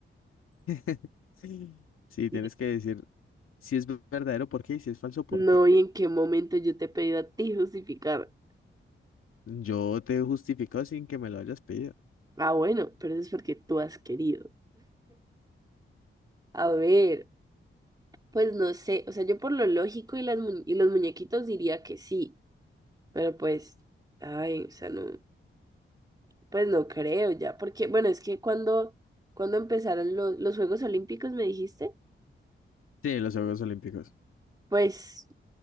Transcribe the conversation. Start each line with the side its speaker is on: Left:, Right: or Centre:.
Left: <laughs> Sí, Sí,
Right: Y-
Left: tienes que decir si es verdadero por qué y si es falso por
Right: No,
Left: qué.
Right: ¿y en qué momento yo te he pedido a ti justificar?
Left: Yo te he justificado sin que me lo hayas pedido.
Right: Ah, bueno, pero eso es porque tú has querido. A ver, pues no sé, o sea, yo por lo lógico y, las mu- y los muñequitos diría que sí, pero pues, ay, o sea, no, pues no creo ya, porque, bueno, es que cuando, cuando empezaron los, los Juegos Olímpicos, me dijiste,
Left: Sí, los Juegos Olímpicos.
Right: pues...